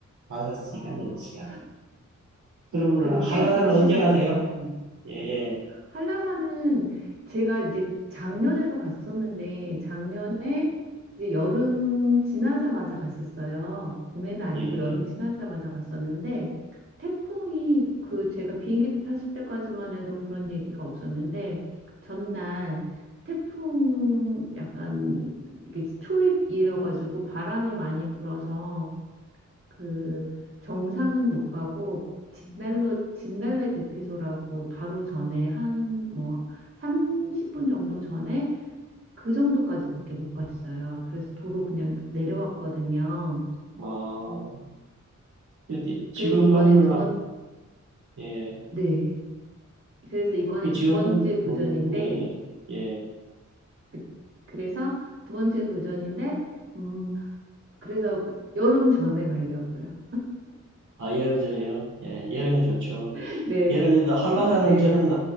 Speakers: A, on the right (about 75°); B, on the right (about 45°).
A: 섯 시간,
B: 아,
A: 여섯 시간. 그러면은,
B: 그래도
A: 한라산은
B: 꽤 긴 시간이네요.
A: 언제 가세요? 예, 예,
B: 한라산은 제가 이제 작년에도 갔었는데 작년에 이제 여름 지나자마자 갔었어요. 봄에는 아니고
A: 예.
B: 여름 지나자마자 갔었는데 태풍이 그 제가 비행기 탔을 때까지만 해도 그런 얘기가 없었는데 전날 태풍 약간 이렇게 초입이어가지고 바람이 많이 불어서 그 정상은 못 가고 진달로 진달래 대피소라고 바로 전에 한 뭐 30분 정도 전에 그 정도까지밖에 못 갔어요. 그래서 도로 그냥 내려왔거든요.
A: 어, 일단 지금
B: 그래서 이번에
A: 가면은,
B: 두
A: 아,
B: 번,
A: 예.
B: 네. 그래서 이번에
A: 그 지금
B: 두 번째
A: 가면,
B: 도전인데
A: 음, 예, 예. 예.
B: 그, 그래서 두 번째 도전인데 음 그래서 여름 전에 가려고요.
A: 아, 여름 전에요? 예, 여름이 좋죠.
B: <laughs> 네.
A: 여름에 도 한라산은
B: 네.
A: 저는